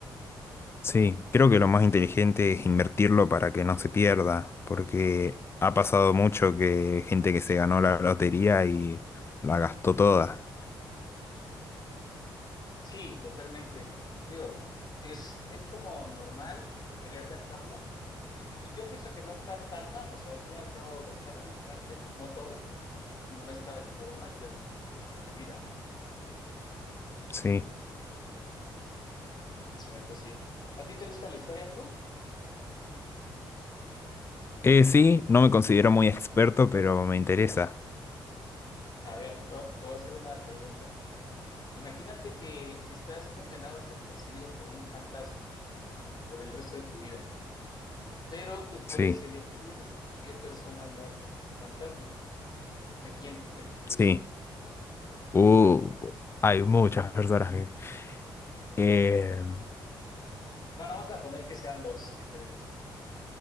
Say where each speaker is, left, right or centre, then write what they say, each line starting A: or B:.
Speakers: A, on the left; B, on the left.
A: sí. Creo que lo más inteligente es invertirlo para que no se pierda, porque ha pasado mucho que gente que se ganó la lotería y la gastó toda.
B: Sí, totalmente. Digo, es, es como normal querer gastarlo, y, y yo pienso que no está tan mal, o sea, al fin y al cabo, gastar una parte, no todo no está del todo mal, pero como que con medida, ¿no?
A: Sí.
B: Exacto, sí. ¿A ti te gusta la historia, amigo?
A: Eh, sí, no me considero muy experto, pero me interesa.
B: A ver, va- te voy a hacer una pregunta. Imagínate que estás condenado a ser perseguido por un fantasma por el resto de tu vida, pero tú puedes
A: Sí,
B: elegir qué persona muerta es ese fantasma. ¿A quién elegirías?
A: sí. Uh, hay muchas personas que... eh,
B: <laughs> No, no, vamos a poner que sean dos diferentes,